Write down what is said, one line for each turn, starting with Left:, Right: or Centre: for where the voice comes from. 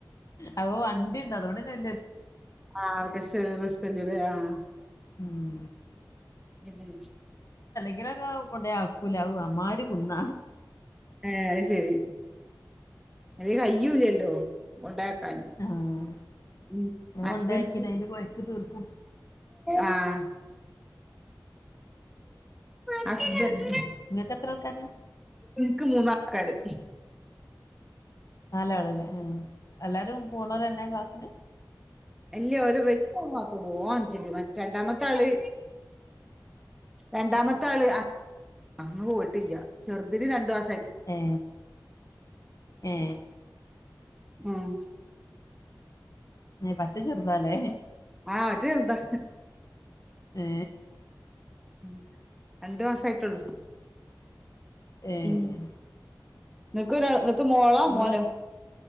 Left: അപ്പൊ വണ്ടിണ്ട് അതുകൊണ്ട് <unintelligible>
Centre: ആഹ് റെസ്റ്റല്ലേ റെസ്റ്റല്ലേ ആഹ്
Left: ഉം.
Centre: <unintelligible>
Left: ഇങ്ങനെയൊക്കെ കൊണ്ട ആക്കൂല അമ്മാരി കുന്ന.
Centre: ഏഹ് അത് ശെരി അത് കയ്യൂല്ലല്ലോ കൊണ്ടാക്കാൻ.
Left: ആഹ്
Centre: ഉം
Left: അത്
Centre: ഹസ്ബൻഡ്
Left: കൊണ്ടാക്കിന് അയിന്റെ കൊഴക്ക് തീർക്കും
Centre: ആഹ് ഹസ്ബൻഡ്
Left: ഉം ഇങ്ങക്ക് എത്ര ആൾക്കാരാ
Centre: എനക്ക് മൂന്നാ ആൾക്കാര്.
Left: നാലാളല്ലേ എല്ലാരും പോണോരന്നെ ക്ലാസിന്?
Centre: അല്ല ഓരോ വലിയ <unintelligible> രണ്ടാമത്തെ ആള് രണ്ടാമത്തെ ആള് അന്ന് പോയിട്ടില്ല ചെറുതിന് രണ്ടു മാസ
Left: ഏ ഏ.
Centre: ഉം.
Left: ന പറ്റ ചെറുതല്ലേ
Centre: ആഹ് മറ്റേ ചെറുതാ
Left: ഏ
Centre: ഉം രണ്ട് മാസ ആയിട്ടുള്ളു
Left: ഏഹ്
Centre: ഉം നിക്ക് ഒരാ മോളോ
Left: നിങ്ങള്
Centre: മോനോ